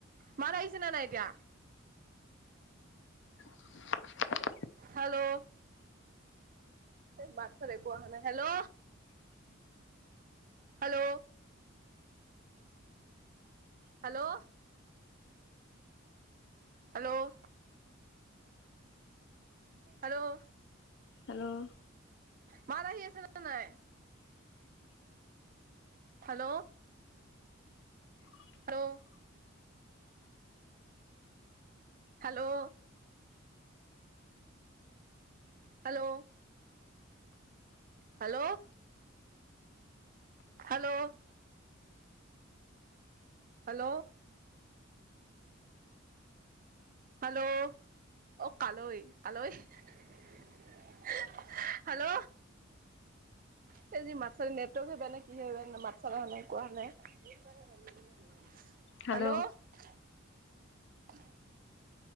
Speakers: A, on the right; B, on the left.
A: মাত আহিছে ন নাই এতিয়া
B: <inaudible>
A: হেল্ল' এ মাত চাত একো অহা নাই hello hello hello hello hello
B: hello
A: মাত আহি আছে নে নাই? Hello.
B: <inaudible>
A: Hello hello. Hello, hello. Hello. Hello. Hello. অ কালৰি কালৰি হেল্ল'। সেই যি মাত চাতে নাই। নেটৱৰ্ক হে বেয়া নে, কি হে বেয়া? মাত চাত
B: হেল্ল'
A: আহা নাই, একো অহা নাই। হেল্ল'।